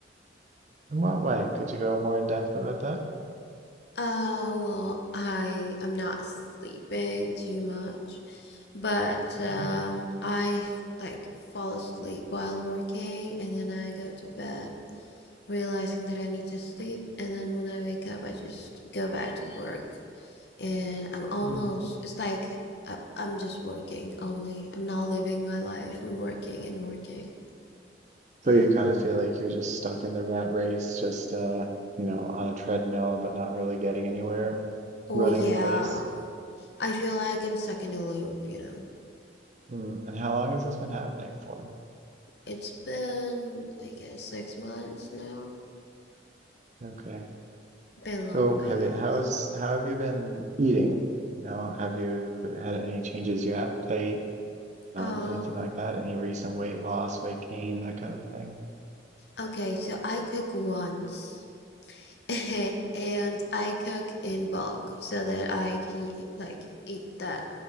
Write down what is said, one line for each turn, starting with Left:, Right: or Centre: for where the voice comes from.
Right: In what way? Could you go more in depth about that?
Left: Uh, well, I am not sleeping too much, but um,
Right: Mhm.
Left: I like fall asleep while working and then I go to bed, realizing that I need to sleep, and then when I wake up, I just go back to work. and I'm almost,
Right: Mm.
Left: it's like I, I'm just working only. I'm not living my life. I'm working and working. Yeah.
Right: So you kind of feel like you're just stuck in the rat race, just uh, you know, on a treadmill, but not really getting anywhere,
Left: Oh,
Right: running
Left: yeah.
Right: in place.
Left: I feel like I'm stuck in a loop, you know.
Right: Mm. And how long has this been happening for?
Left: It's been, I guess, six months now.
Right: Okay.
Left: Been long,
Right: So
Left: I
Right: have
Left: guess.
Right: you, how's, how have you been eating? You know, have you had any changes to your appetite, um,
Left: Um,
Right: anything like that? Any recent weight loss, weight gain, that kind of a thing?
Left: okay, so I cook once <laughs> and I cook in bulk so that I can eat, like eat that